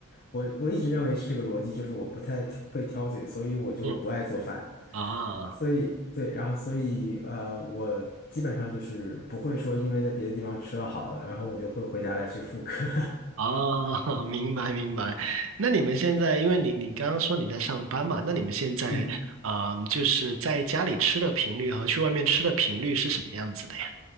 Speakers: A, on the left; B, on the right.
A: 我我一直认为是这个逻辑，就是我不太挑会挑嘴，所以我就不爱做饭，
B: 嗯，啊。
A: 所以对，然后所以呃，我基本上就是不会说因为在别的地方吃了好的，然后我就会回家来去复刻，
B: 啊，<laughs> 明白明白。那你们现在，因为你你刚刚说你在上班嘛，那你们现在啊、
A: <laughs> 嗯。
B: 就是在家里吃的频率和去外面吃的频率是什么样子的呀？